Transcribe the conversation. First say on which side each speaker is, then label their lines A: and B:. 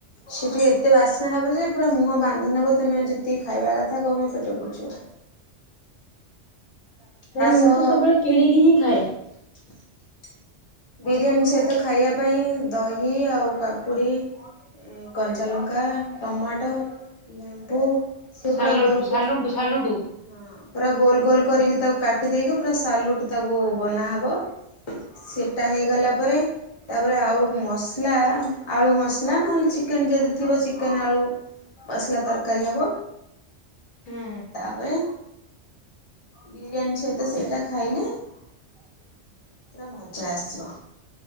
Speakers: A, on the left; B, on the left.
A: ସେ ଟିକେ ଏତେ ବାସ୍ନା ହବ ଯେ ପୁରା ମୁହଁ ବାନ୍ଧି ନବ ତମେ ଯେତିକି ଖାଇବା କଥା କୁହ ମୋ ପେଟ ପୁରିଜିବ।
B: ନଁ ମୁଁ
A: ସହ
B: ତ ସବୁବେଳେ କିଣିକି ହିଁ ଖାଏ। <unintelligible>
A: ବିରିୟାନୀ ସହିତ ଖାଇଆ ପାଇଁ ଦହି ଆଉ କାକୁଡ଼ି ଆଁ କଞ୍ଚାଲଙ୍କା ଟମାଟୋ ଲେମ୍ବୁ ସିଏ
B: ସାଲୁଟ୍
A: ପୁରା ଗୋଲ ଗୋଲ
B: ସାଲୁଟୁ ସାଲୁଟୁ
A: ହଁ ପୁରା ଗୋଲ ଗୋଲ କରିକି ତାକୁ କାଟି ଦେଇେଇକି ପୁରା ସାଲୁଟ୍ ତାକୁ ବନା ହବ ସେଟା ହେଇଗଲା ପରେ ତାପରେ ଆଉ ମସଲା ଆଳୁ ମସଲା ନହେଲେ ଚିକେନ୍ ଯଦି ଥିବ ଚିକେନ ଆଳୁ ମସଲା ତରକାରୀ ହେବ।
B: ହୁଁ।
A: ତା ପରେ ବିରିୟାନୀ ସହିତ ସେଇଟା ଖାଇଲେ ପୁରା ମଜା ଆସିବ।